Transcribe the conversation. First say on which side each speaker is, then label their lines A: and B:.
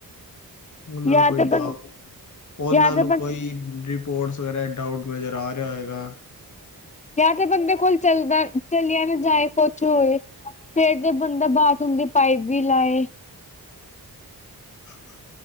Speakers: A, on the left; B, on the left.
A: ਉਹਨਾਂ
B: ਜਾਂ
A: ਨੂੰ ਕੋਈ
B: ਤੇ
A: ਡ
B: ਬੰ
A: ਉਹਨਾਂ
B: ਜਾਂ ਤੇ
A: ਨੂੰ
B: ਬੰਦੇ
A: ਕੋਈ ਸਪੋਰਟਸ ਵਗੈਰਾ ਡਾਊਟ ਨਜ਼ਰ ਆ ਰਿਹਾ ਹੋਇਗਾ
B: ਜਾਂ ਤੇ ਬੰਦੇ ਕੋਲ ਚੱਲਦਾ ਚਲੀਆਂ ਨਾ ਜਾਏ ਕੁਛ ਹੋਏ ਫੇਰ ਜ ਬੰਦਾ ਬਾਥਰੂਮ ਦੀ ਪਾਈਪ ਵੀ ਲਾਏ
A: <inaudible>